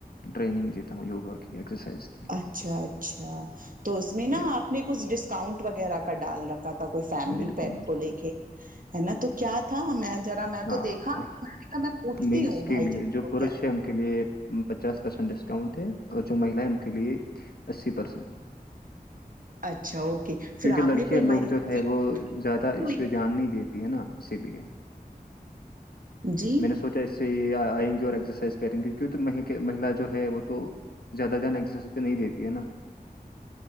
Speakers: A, on the left (about 80°); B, on the right (about 60°).
A: ٹریننگ دیتا ہوں یوگا کی ایکسرسائز کی
B: اچھا اچھا تو اس میں نا
A: یا
B: آپ نے کچھ ڈسکاؤنٹ وغیرہ کا ڈال رک کا تھا کوئی فیملی
A: بالکل
B: پیک
A: بالکل
B: کو لے کے ہے نا تو کیا تھا میں ذرا میں تو
A: ہاں
B: دیکھا میں نے کہا میں پوچھتی
A: میلس
B: ہوں
A: کے
B: بھائی
A: لیے
B: جان
A: جو
B: کو
A: پرش
B: کیا ہے
A: ان کے لیے پچاس پرسینٹ ڈسکاؤنٹ ہے اور جو مہلا ہے ان کے لیے اسی پرسینٹ
B: اچھا، اوکے، پھر
A: کیونکی
B: آپ
A: لڑکیاں
B: نے کوئی
A: لوگ
B: مہیلا
A: جو ہے
B: فیڈ
A: وہ زیادہ
B: کی
A: اس
B: ہوئی
A: پے دھیان نہیں دیت تی ہے نا اسی لیے
B: ہے؟ جی،
A: میں نے سوچا اس سے یہاں آئیں گی اور ایکسرسائز کریں گے کیونکہ ماہی کے مہیلا جو ہے وہ تو زیادہ دھیان ایکسرائزہ پے نہیں دیتی ہے نا